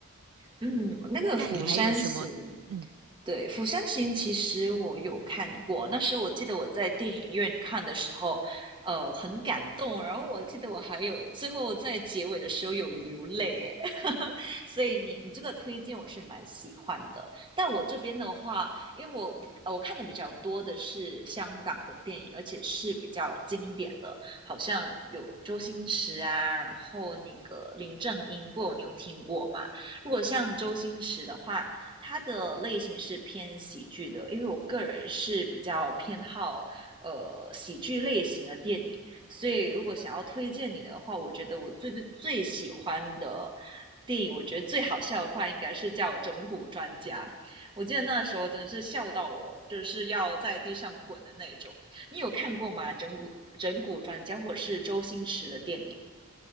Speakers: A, on the right; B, on the right.
A: 嗯，那个《釜山行》，
B: 那你还有什么？嗯，
A: 对，《釜山行》其实我有看过，那时我记得我在电影院看的时候，呃，很感动，然后我记得我还有最后在结尾的时候有流泪，哎，<laughs> 所以你你这个推荐我是蛮喜欢的，但我这边的话，因为我比呃我看的比较多的是香港的电影，而且是比较经典的，好像有周星驰啊，然后那个林正英，不，你有听过吗？如果像周星驰的话，他的类型是偏喜剧的，因为我个人是比较偏好呃喜剧类型的电影，所以如果想要推荐你的话，我觉得我最最最喜欢的。电影我觉得最好笑的话，应该是叫《整蛊专家》。我记得那时候真的是笑到我，就是要在地上滚的那种。你有看过吗？《整蛊整蛊专家》或者是周星驰的电影？